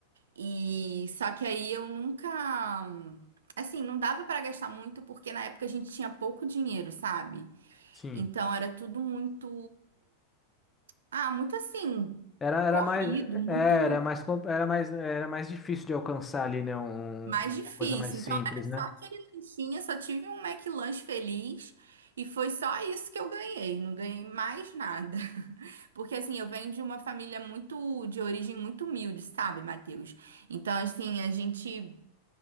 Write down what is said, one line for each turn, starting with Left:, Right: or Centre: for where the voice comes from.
Right: E só que aí eu nunca. Assim, não dava pra gastar muito porque na época a gente tinha pouco dinheiro, sabe?
Left: Sim.
Right: Então era tudo muito. Ah, muito assim,
Left: Era,
Right: corrido,
Left: era mais,
Right: muito
Left: é, era mais, com- era mais, era mais difícil de alcançar ali, né? um-
Right: mais
Left: um,
Right: difícil.
Left: uma coisa mais simples,
Right: Então era só
Left: né?
Right: aquele lanchinho, só tive um McLanche feliz e foi só isso que eu ganhei, não ganhei mais nada. <laughs> Porque assim, eu venho de uma família muito de origem muito humilde, sabe, Matheus? Então assim, a gente